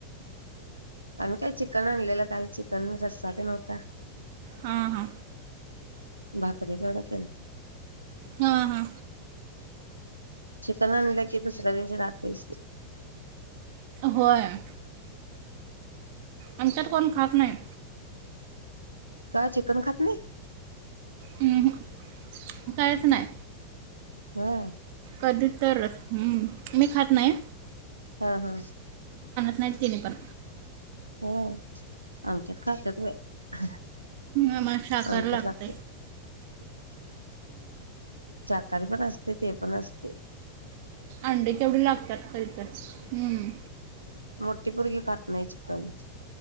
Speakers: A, on the right; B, on the right.
A: आम्ही काय चिकन आणलेलं काल चिकन रस्सा तेन होता
B: हा हा
A: भाकरी जड केलं
B: हां हा
A: चिकन आणलं की दुसऱ्या दिवशी रातयचकी
B: होयं आमच्यात कोण खात नाय
A: काय चिकन खात नी
B: हं, कायच ंनाय
A: तरं
B: कधी तर हमं मी खात नाय
A: हम्
B: नाय ते नि पण
A: ह आमच्यात खात्यात बाई
B: आमला शाकार
A: आमच्यात
B: लागत
A: लागतय काही पण पण असते ते पण असते
B: अंडी केवढी लागतात तरीतरी हम्म
A: मोठी पोरगी खात नाहीची तनच